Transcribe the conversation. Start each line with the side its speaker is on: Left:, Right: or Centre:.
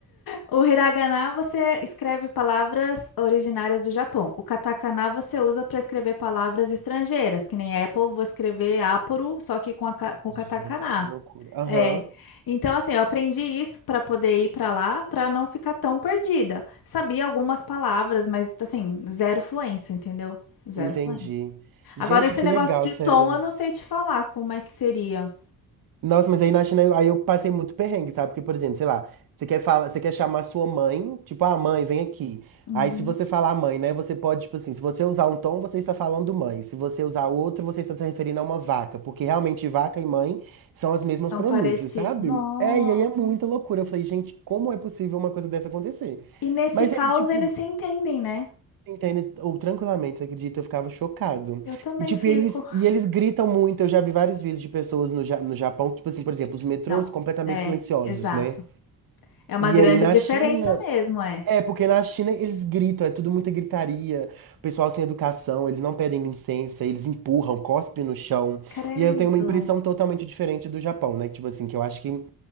Left: O hiragana você escreve palavras originárias do Japão. O katakana você usa para escrever palavras estrangeiras, que nem Apple, vou escrever Apple, só que com, a, ca- com
Right: Gente,
Left: o katakana.
Right: que loucura. Aham,
Left: É. Então, assim, eu aprendi isso para poder ir para lá, para não ficar tão perdida. Sabia algumas palavras, mas, assim, zero fluência, entendeu? Zero
Right: entendi.
Left: fluência.
Right: Gente,
Left: Agora, esse
Right: que
Left: negócio
Right: legal,
Left: de
Right: sério.
Left: tom, eu não sei te falar como é que seria.
Right: Nossa, mas aí na China eu- aí eu passei muito perrengue, sabe? Porque, por exemplo, sei lá, você quer falar, você quer chamar sua mãe, tipo, ah, mãe, vem aqui.
Left: Uhum.
Right: Aí se você falar mãe, né, você pode, tipo assim, se você usar um tom, você está falando mãe. Se você usar outro, você está se referindo a uma vaca, porque realmente vaca e mãe são as mesmas
Left: Tão
Right: pronúncias,
Left: parecido.
Right: sabe?
Left: Nossa.
Right: É, e aí é muita loucura. Eu falei, gente, como é possível uma coisa dessa acontecer?
Left: E nesse
Right: Mas
Left: caos,
Right: aí, tipo,
Left: eles se entendem, né?
Right: Entende? Ou tranquilamente, você acredita? Eu ficava chocado.
Left: Eu também
Right: E tipo,
Left: fico.
Right: eles, e eles gritam muito. Eu já vi vários vídeos de pessoas no, Ja- no Japão, tipo assim, por exemplo, os metrôs
Left: Não.
Right: completamente
Left: É,
Right: silenciosos,
Left: exato.
Right: né?
Left: É uma
Right: E
Left: grande
Right: aí na
Left: diferença
Right: China,
Left: mesmo, é.
Right: é, porque na China eles gritam, é tudo muita gritaria, o pessoal sem educação, eles não pedem licença, eles empurram, cospem no chão.
Left: Credo.
Right: E aí eu tenho uma impressão totalmente diferente do Japão, né? Tipo assim, que eu acho que.